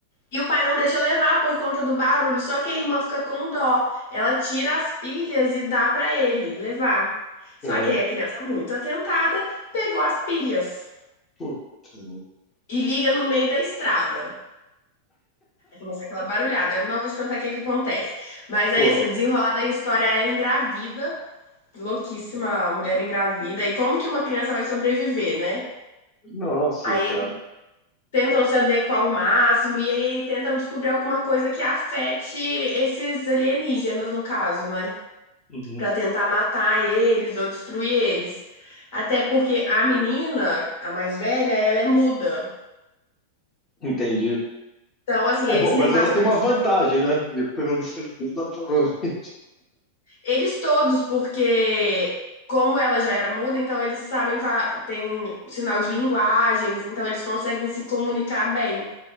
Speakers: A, on the left; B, on the left.
A: E o pai não deixa levar por conta do barulho, só que a irmã fica com dó. Ela tira as pilhas e dá pra ele levar. Só
B: Aham.
A: que aí a criança, muito atentada, pegou as pilhas
B: Puta.
A: e liga no meio da estrada. Começa aquela barulhada. Eu não vou te contar o que que acontece. Mas
B: Pô,
A: aí, assim, o desenrolar da história é ela engravida, louquíssima, a mulher engravida. E como que uma criança vai sobreviver, né?
B: nossa,
A: Aí
B: cara.
A: eles tentam se adequar ao máximo e aí tentam descobrir alguma coisa que afete esses alienígenas, no caso, né?
B: Uhum.
A: Pra tentar matar eles ou destruir eles. Até porque a menina, a mais velha, ela é muda.
B: Entendi.
A: Então, assim,
B: É
A: eles
B: bom,
A: têm
B: mas
A: bastante
B: ela tem uma vantagem, né? Porque pelo menos dá pra-
A: Eles todos, porque como ela já era muda, então eles sabem, fa- tem sinal de linguagens, então eles conseguem se comunicar bem.